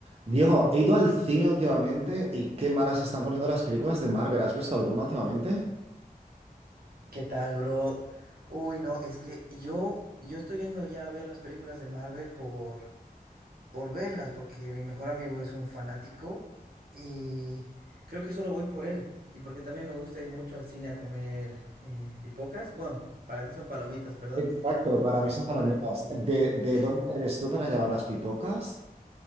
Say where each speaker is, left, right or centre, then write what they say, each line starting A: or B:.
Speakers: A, on the right (about 40°); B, on the right (about 70°).
A: Diego, he ido al cine últimamente y qué malas están poniendo las películas de Marvel. ¿Has visto alguna últimamente?
B: ¿Qué tal, bro? Uy, no, es que yo, yo estoy yendo ya a ver las películas de Marvel por, por verlas, porque mi mejor amigo es un fanático y creo que solo voy por él. Y porque también me gusta ir mucho al cine a comer eh, pipocas. Bueno, para ti son palomitas, perdón.
A: Exacto, para
B: Coca-Cola.
A: mí son palomitas. ¿De, de
B: eh,
A: dónde eres tú para llevar las pipocas?